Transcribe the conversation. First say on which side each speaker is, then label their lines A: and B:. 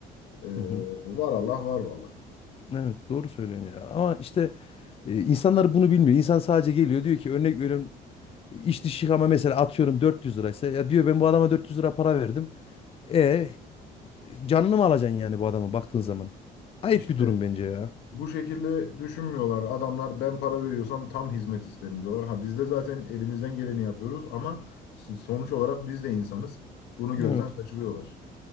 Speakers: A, on the left; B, on the left.
A: Ee,
B: Hı hı.
A: var Allah var vallahi.
B: Evet doğru söylüyorsun ya. Ama işte e, insanlar bunu bilmiyor. İnsan sadece geliyor diyor ki örnek veriyorum iç dış yıkama mesela atıyorum 400 liraysa ya diyor ben bu adama 400 lira para verdim. E canını mı alacaksın yani bu adama baktığın zaman? Ayıp
A: İşte
B: bir durum bence ya.
A: Bu şekilde düşünmüyorlar. Adamlar ben para veriyorsam tam hizmet isterim diyorlar. Ha biz de zaten elimizden geleni yapıyoruz ama sonuç olarak biz de insanız. Bunu gözden
B: Evet.
A: kaçırıyorlar.